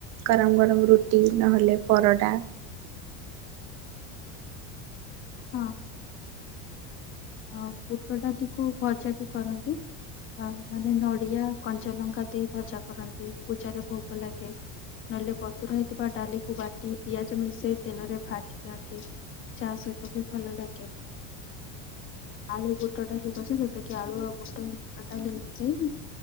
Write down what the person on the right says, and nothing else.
ଗରମ ଗରମ ରୁଟି ନହେଲେ ପରଟା